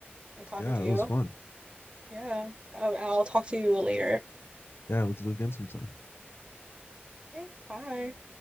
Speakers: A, on the right; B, on the left.
A: and talking
B: yeah,
A: to
B: it
A: you.
B: was fun.
A: Yeah. Um, I'll talk to you later.
B: Yeah, let's do it again sometime.
A: Okay, bye.